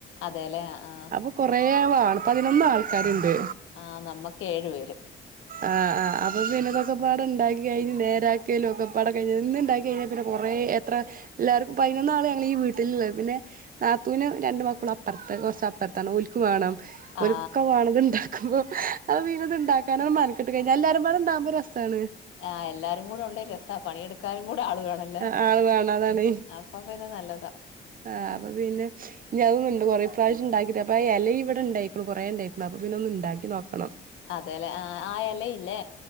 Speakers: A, on the left; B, on the right.
A: അതെല്ലേ ആഹ്
B: അപ്പൊ കൊറേ വാണം പതിനൊന്ന് ആൾക്കാര്ണ്ട്
A: ആഹ് നമ്മക്ക് ഏഴു പേര്
B: ആഹ് ആഹ് അപ്പൊ പിന്നതൊക്കെ പാട ഇണ്ടാക്കി കഴിഞ്ഞ് നേരാക്കലും ഒക്കെ പാട കഴിഞ് ഇന്ന് ഇണ്ടാക്കി കഴിഞ്ഞാ പിന്നെ കൊറെ എത്ര എല്ലാർക്കും പതിനൊന്നാള് ഞങ്ങൾ ഈ വീട്ടില്ള്ളത് പിന്നെ- നാത്തൂനും രണ്ട് മക്കളും അപ്പറത്ത് കൊറച്ച് അപ്പറത്താണ് ഓല്ക്ക് വാണം ഓല്ക്കൊക്ക
A: ആ
B: വാണത് ണ്ടാ ക്ക്പോ അപ്പോ പിന്നത് ഇണ്ടാക്കാന മെനക്കെട്ട് കഴിഞ്ഞാ എല്ലാരും പാട ഇണ്ടാവുമ്പോ ഒരസ്സാണ്
A: ആഹ് എല്ലാരും കൂടെ ഉണ്ടേ രസ്സാ പണിയെടുക്കാനും കൂടെ ആള്‌വേണല്ലേ
B: ആ, ആള് വേണം അതാണ്
A: അപ്പ പിന്നെ നല്ലതാ
B: ആഹ് അപ്പൊ പിന്നെ ഇഞ് അതൊന്ന്ണ്ട് കൊറെ പ്രാവിശ്യം ണ്ടാക്കിത് അപ്പോ ആ എലിം ഇവിടെ ണ്ടായിക്കുണ് കൊറെ ഇണ്ടായിക്കുണു അപ്പൊ പിന്നെ ഒന്ന് ഇണ്ടാക്കി നോക്കണം.
A: അതെല്ലെ ആഹ ആയലയില്ലേ